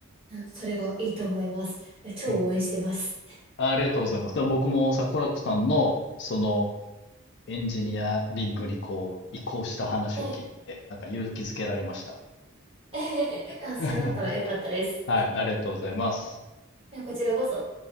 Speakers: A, on the right; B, on the left.
A: うんそれがいいと思います。いや、超応援してます。
B: うん。あありがとうございます。でも僕も桜子さんの、その、エンジニアリングにこう、移行した話を聞いて、
A: はい。
B: なんか勇気づけられました。
A: <laughs> あ、それだったらよかったです。
B: <laughs> はい、ありがとうございます。
A: いやこちらこそ。